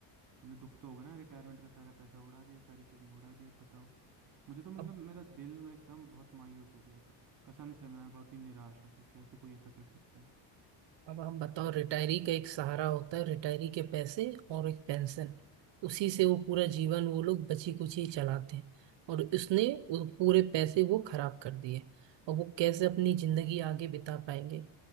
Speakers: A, on the right; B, on the right.
A: उन्हें दुख तो होगा ना रिटायरमेंट का सारा पैसा उड़ा दिया सारी सेविंग उड़ा दी अब बताओ मुझे तो मतलब
B: अब
A: मेरा दिल में एकदम बहुत मायूस हो गया क- कसम से मैं बहुत ही निराश हूँ कि कैसे कोई ऐसा कर सकता है
B: अब हम बताओ रिटायरी का एक सहारा होता है रिटायरी के पैसे और एक पेंशन उसी से वो पूरा जीवन वो लोग बची कुची चलाते हैं और उसने वो पूरे पैसे वो खराब कर दिए और वो कैसे अपनी जिंदगी आगे बिता पाएंगे